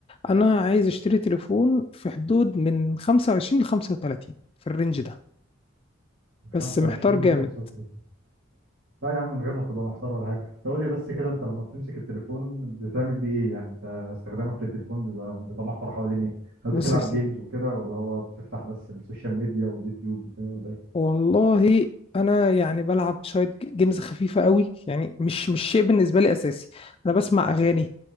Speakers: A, on the left; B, on the right.
A: انا عايز اشتري تليفون في حدود من 25 ل 35 في الرينج ده
B: من 25
A: بس محتار جامد
B: ل 35 لا يا عم من غير ما تبقى محتار ولا حاجة تقول لي بس كده انت لما بتمسك التليفون بتعمل بيه ايه يعني انت استخدامك للتليفون بيبقى بيتمحور حوالين ايه هل بتلعب
A: بص يا سيدي
B: جيمز وكده ولا هو بتفتح بس السوشيال ميديا واليوتيوب وكده ولا ايه
A: والله انا يعني بلعب شويه جيمز خفيفه قوي يعني مش مش شيء بالنسبه لي اساسي انا بسمع اغاني